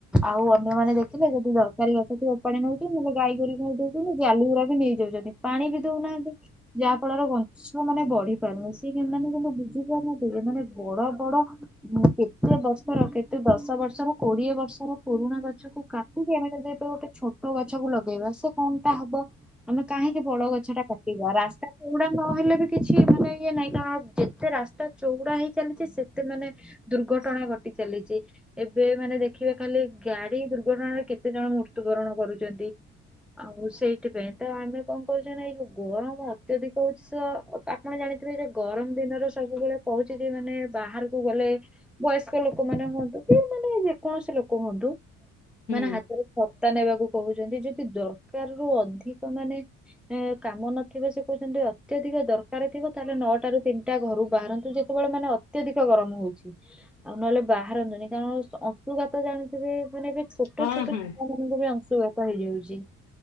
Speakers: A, in the centre; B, on the left.
A: ଆଉ ଅନ୍ୟମାନୋନେ ଦେଖିଲେ ଯଦି ଦରକାରୀ ଗଛ ପାଣି ନେଉଛି ନହେଲେ ଗାଈ ଗୋରି ଘ ଦଉଛନ୍ତି ଜାଲଗୁୁରା ବି ନେଇଯାଉଛନ୍ତି ପାଣି ବି ଦଉନାହାନ୍ତି। ଯାହା ଫଳରେ ବଞ୍ଚ୍ ଛ ମାନେ ବଢିରୁନି ସେ ମାନେ କିନ୍ତୁ ବୁଝି ପାରୁନାନ୍ତି ଏମାନେ ବଡ ବଡ କେତେ ବର୍ଷର କେତେ ଦଶ ବର୍ଷର କୋଡିଏ ବର୍ଷର ପୁରୁଣା ଗଛକୁ କାଟିକି ଆମେ ଯଦି ଗୋଟେ ଛୋଟ ଗଛକୁୁ ଲଗେଇବା ସେ କଣ ଟା ହବ ଆମେ କାହିଁକି ବଡ ଗଛ ଟା କା ରାସ୍ତା ଚଉଡା ନହେଲେ ବି କିଛି ମାନେ ଇଏ ନାହିଁ କାରଣ ଯେତେ ରାସ୍ତା ଚଉଡା ହେଇ ଚାାଲିଛି ସେ ଏତେ ମାନେ ଦୁର୍ଘଟଣା ଘଟି ଚାଲିଛି। ଏବେ ମାନେ ଦେଖିବେ ଖାଲି ଗାଡି ଦୁର୍ଘଟଣାରେ କେତେ ଜଣ ମୃତ୍ୟୁବରଣ କରୁଚନ୍ତି। ଆଉ ସେଇଥିପାଇଁ ତ ଆମେ କଣ କରୁଛେ ନା ଏଇ ଯୋଉ ଗରମ ଅତ୍ୟଧିକ ହୋଉଛି ସ ଆପଣ ଜାଣିଥିବେ ଯେ ଗରମ ଦିନରେ ସବୁବେଳେ କହୁଛି ଯେ ମାନେ ବାହାରକୁ ଗଲେ ବୟସ୍କ ଲୋକମାନୋନେ ହୁଅନ୍ତୁ କି ମାନେ ଯେକୌଣସି ଲୋକ ହୁଅନ୍ତୁ
B: ହୁଁ
A: ମାନେ ହାତରେ ସତ୍ତା ନେବାକୁ କୋହୁଛନ୍ତି ଯଦି ଦର୍କାର୍ ରୁ ଅଧିକ ମାନେ କାମ ନଥିବ ସେ କୋହୁଛନ୍ତି ଅତ୍ୟଧିକ ଦରକାର ଥିବ ତାହେଲେ ନଅଟା ରୁ ତିନିଟା ଘରୁ ବାହାରନ୍ତୁ ଯେ ସେତେବେଳେ ମାନେ ଅତ୍ୟଧିକ ଗରମ ହୋଉଛି। ଆଉ ନହେଲେ ବାହାରନ୍ତୁନି କାରଣ ଅଂଶୁଘାତ ଜାଣିଥିବେ ମାନେ ଏବେ ଛୋଟ
B: ହଁ
A: ଛୋଟ
B: ହଁ
A: ମାନଙ୍କୁ ବି ଅଂଶୁଘାତ ହେଇଯାଉଛି।